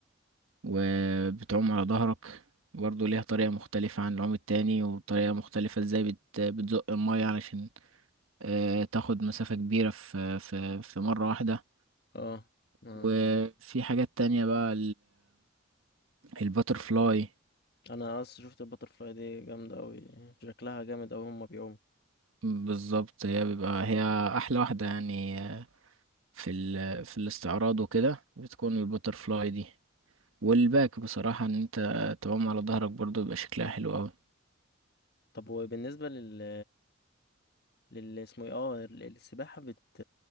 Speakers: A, on the right; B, on the left.
A: وبتعوم على ظهرك برضه ليها طريقة مختلفة عن العوم التاني وطريقة مختلفة ازاي بت... بتزق المية علشان آه، تاخد مسافة كبيرة في في في مرة واحدة
B: اه اه
A: وفي حاجات تانية بقى الباتر فلاي
B: انا اصلا شفت الباترفلاي دي جامده قوي شكلها جامد قوي هما بيعوموا
A: بالظبط هي بيبقى هي أحلى واحدة يعني آه، في ال في الاستعراض وكده بتكون الباتر فلاي دي والباك بصراحة إن أنت تعوم على ظهرك برضو بيبقى شكلها حلو أوي
B: طب وبالنسبه لل لل اسمه ايه اه ال- السباحه بت